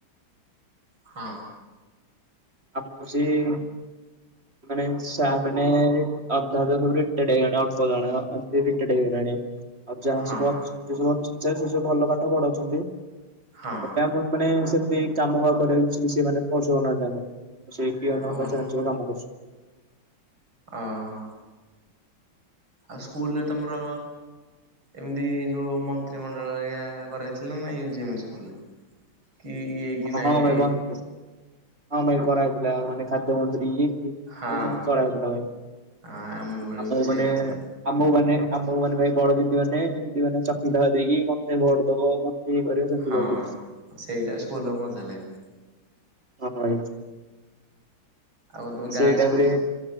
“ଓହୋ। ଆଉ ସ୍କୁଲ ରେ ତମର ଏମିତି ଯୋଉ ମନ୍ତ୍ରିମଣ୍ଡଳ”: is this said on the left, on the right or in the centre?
Right